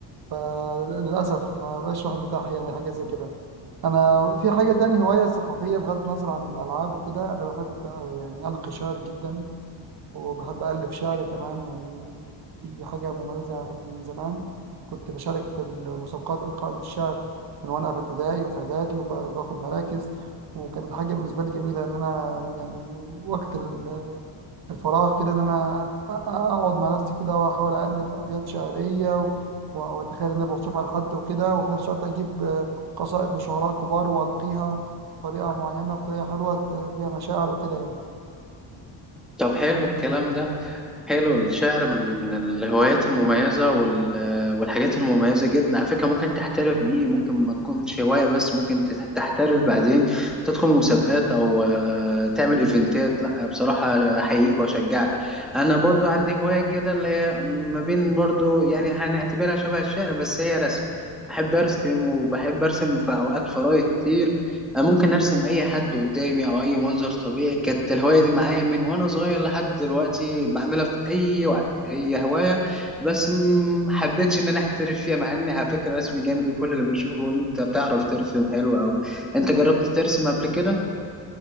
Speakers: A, on the right (about 50°); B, in the centre.
A: فللاسف ما بقاش الواحد متاح يعني حاجه زي كده انا في حاجه تاني هوايه ثقافيه بغض النظر عن الالعاب وكده انا بحب آه، يعني القي شعر جدا وبحب ألف شعر كمان يعني دي حاجة مميزة عندي من زمان كنت بشارك في المسابقات إلقاء الشعر من وأنا في ابتدائي وفي إعدادي وباخد مراكز وكانت حاجة بالنسبة لي جميلة إن أنا يعني وقت ال- الفراغ كده إن أنا أ- أقعد مع نفسي كده وأحاول ألف أبيات شعرية و- وأتخيل إن أنا بوصفها لحد وكده وفي نفس الوقت أجيب آه، قصائد لشعراء كبار وألقيها بطريقة معينة بطريقة حلوة ت- فيها مشاعر وكده يعني.
B: طب حلو الكلام ده حلو الشعر من من الهوايات المميزة وال... والحاجات المميزة جدا على فكرة ممكن تحترف بيه ممكن ما تكونش هواية بس ممكن تت- تحترف بعدين تدخل مسابقات أو آه، تعمل إيفنتات لا بصراحة أحييك وأشجعك أنا برضو عندي هواية كده اللي هي ما بين برضو يعني هنعتبرها شبه الشعر بس هي رسم بحب أرسم وبحب أرسم في أوقات فراغي كتير انا ممكن ارسم اي حد قدامي او اي منظر طبيعي كانت الهوايه دي معايا من وانا صغير لحد دلوقتي بعملها في اي وقت هي هوايه بس ما حبيتش ان انا احترف فيها مع اني على فكره رسم جامد وكل اللي بيشوفه بيقول انت بتعرف ترسم حلو قوي انت جربت ترسم قبل كده